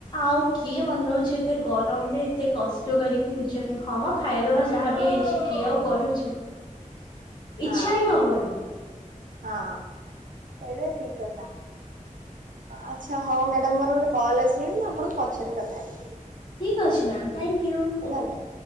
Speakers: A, on the left; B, on the right.
A: ଆଉ କିଏ ବନଉଚି ଏତେ ଗରମରେ ଏତେ କଷ୍ଟ କରିକି ନିଜ ପାଇଁ, ହଁ ମା ଖାଇଦବା ଯାହାବି ହେଇଚି, କିଏ ଆଉ କରୁଚି?
B: ହଁ
A: ଇଛା ହିଁ ହବନି।
B: ହଁ, ସେଇଟା ଠିକ୍ କଥା। ଆଛା ହଉ ମ୍ୟାଡ଼ାମ୍, ମୋର ଗୋଟେ କଲ୍ ଆସିଲାଣି, ମୁଁ ଆପଣଙ୍କୁ ପଛରେ କଥା ହେବି।
A: ଠିକ୍ ଅଛି ମ୍ୟାମ୍, ଥ୍ୟାଙ୍କ୍ ୟୁ।
B: ଧନ୍ୟବାଦ।